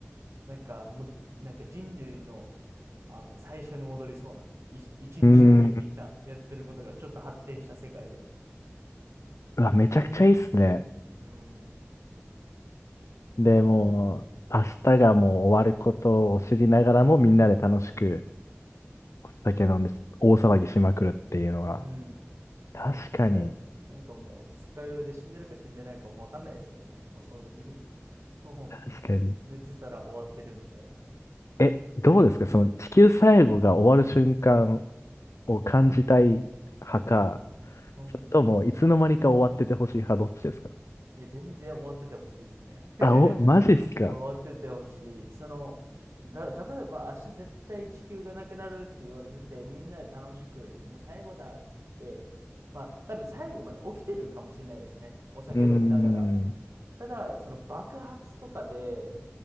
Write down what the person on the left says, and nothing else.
うーん。うわ、めちゃくちゃいいっすね。
で、
もう、明日がもう終わることを知りながらも、みんなで楽しく酒飲んで、大騒ぎしまくるっていうのは、
確かに、
確かに。
え、どうですかその地球最後が終わる瞬間を感じたい派か、
それともいつの間にか終わっててほしい派、どっちですか
あ、お、
マジっすか。
うーん。